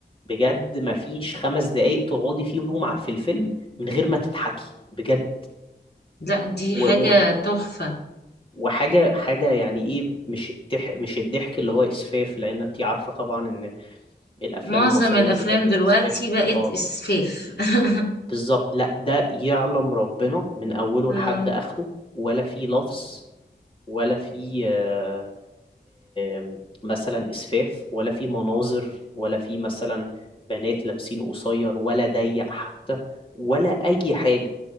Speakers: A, on the left; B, on the left.
A: بجد مفيش خمس دقايق تقعدي فيهم ع- في الفيلم من غير ما تضحكي بجد
B: لا دي
A: و...
B: حاجة
A: و...
B: تحفة
A: وحاجة حاجة يعني ايه مش التح... مش الضحك اللي هو إسفاف لأن انتي عارفة طبعا إن الأفلام
B: معظم
A: المصرية
B: الافلام
A: بيبقى فيها
B: دلوقتي
A: إسفاف
B: بقت
A: اه
B: اسفاف <laughs>
A: بالظبط لا ده يعلم ربنا من أوله
B: آه.
A: لحد آخره ولا فيه لفظ ولا في آه، آم، مثلا اسفاف ولا في مناظر ولا في مثلا بنات لابسين قصير ولا ضيق حتى ولا اي حاجه